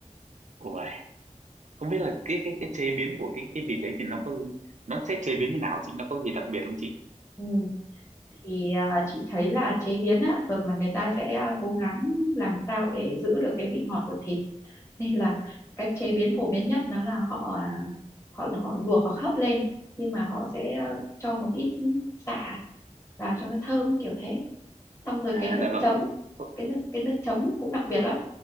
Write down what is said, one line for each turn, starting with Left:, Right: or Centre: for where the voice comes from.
Right: Ôi, không biết là cái cái cái chế biến của cái cái vịt đấy thì nó có nó sẽ chế biến như nào chị nó có gì đặc biệt không chị
Left: ừ, thì à, chị thấy là chế biến á thường là người ta sẽ à, cố gắng làm sao để giữ được cái vị ngọt của thịt nên là cách chế biến phổ biến nhất đó là họ à, họ họ luộc hoặc hấp lên nhưng mà họ sẽ ờ, cho một ít sả vào cho nó thơm kiểu thế xong rồi
Right: à
Left: cái nước
Right: dạ vâng
Left: chấm
Right: Ờ,
Left: cái nước cái nước chấm cũng đặc biệt lắm